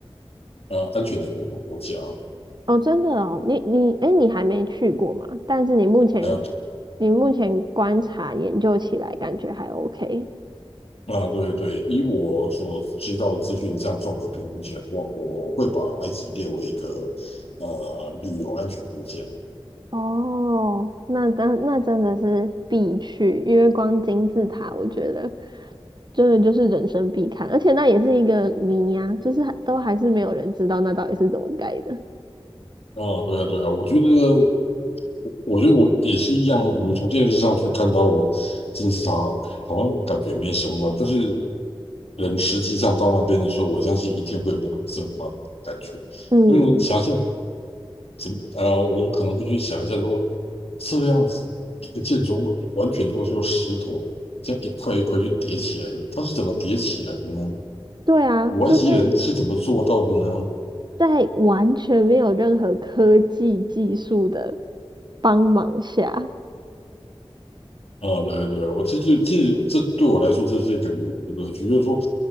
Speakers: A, on the left; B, on the right.
A: 呃安全的旅游国家。
B: 哦，真的哦，你你哎，诶你还没去过吗？但是你目前
A: 啊，对
B: 你目前观察研究起来，感觉还 OK。
A: 啊，对对，以我所知道的资讯，这样综合评估起来，我我会把埃及列为一个呃旅游安全国家。
B: 哦，那真那真的是必去，因为光金字塔，我觉得。真的就是人生必看，而且那也是一个谜呀、就是还都还是没有人知道那到底是怎么盖的。
A: 啊，对啊，对啊，我觉得。我觉得我也是一样，我们从电视上去看到金字塔，好像感觉没什么，但是人实际上到那边的时候，我相信一定会有那个震撼的感觉。
B: 嗯，
A: 因为你想象怎么，呃，我们可能会去想一下说，这样子一个建筑物完全都是由石头这样一块一块去叠起来的，它是怎么叠起来的呢？
B: 对啊，
A: 古埃及人是怎么做到的呢？
B: 就是在完全没有任何科技技术的帮忙下，
A: 啊，对对对，我这就其实这对我来说，这是一个旅游的乐趣，就是说